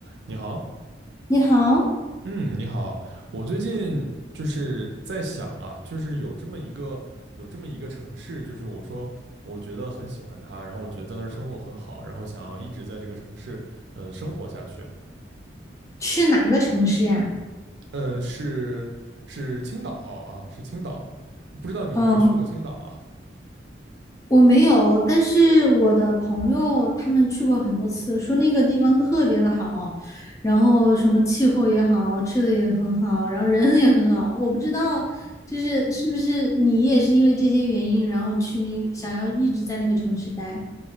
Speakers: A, on the right (about 70°); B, on the left (about 15°).
A: 你好，
B: 你好，
A: 嗯，你好，我最近就是在想啊，就是有这么一个有这么一个城市，就是我说我觉得很喜欢它，然后我觉得在那儿生活很好，然后想要一直在这个城市呃生活下去，
B: 去哪个城市呀？
A: 呃是是青岛啊，是青岛，不知道你有没有去过青岛啊？
B: 嗯，我没有，但是我的朋友他们去过很多次，说那个地方特别的好，然后什么气候也好，吃的也很好，然后人也很好。我不知道，就是是不是你也是因为这些原因，然后去那想要一直在那个城市待？